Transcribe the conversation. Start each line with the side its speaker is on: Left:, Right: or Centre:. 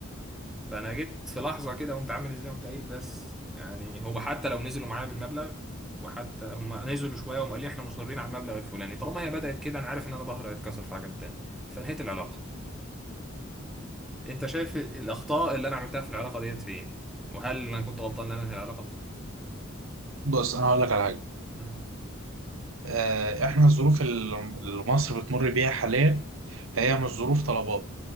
Centre: فانا جيت في لحظه كده قمت عامل ازاي قمت قايل بس يعني هو حتى لو نزلوا معايا بالمبلغ وحتى هم نزلوا شويه وقالوا لي احنا مصرين على المبلغ الفلاني طالما هي بدات كده انا عارف ان انا ظهري هيتكسر في حاجات تاني فنهيت العلاقه انت شايف الاخطاء اللي انا عملتها في العلاقه ديت فين وهل انا كنت غلطان ان انا انهي العلاقه
Right: بص انا هقول لك على حاجه
Centre: مم.
Right: آه، احنا الظروف اللي اللي مصر بتمر بيها حاليا هي مش ظروف طلبات